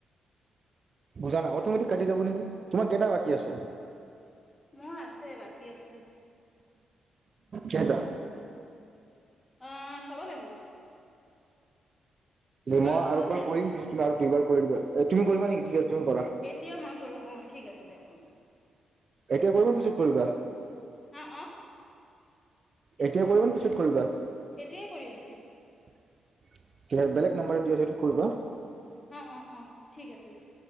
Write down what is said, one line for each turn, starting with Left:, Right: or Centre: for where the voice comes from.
Right: বুজানা। অটমেটিক কাটি যাব নেকি? তোমাৰ কেইটা বাকী আছে?
Left: মোৰ আছে বাকী আছে
Right: কেইটা?
Left: আহ চাব লাগিব।
Right: মই
Left: কৰোঁ
Right: আৰু একবাৰ
Left: দেন
Right: কৰিম পিছত তুমি আৰু দুইবাৰ কৰি দিবা। তুমি কৰিবা নেকি ঠিক আছে তুমি কৰা
Left: এতিয়া মই কৰো। অ ঠিক আছে দিয়ক অ।
Right: এতিয়া কৰিবা, পিছত কৰিবা?
Left: আহ অ?
Right: এতিয়া কৰিবা নে পিছত কৰিবা?
Left: এতিয়াই কৰি আছো।
Right: বেলেগ নাম্বাৰ দিয়া যিটো কৰিবা।
Left: অ-অ-অ ঠিক আছে দে।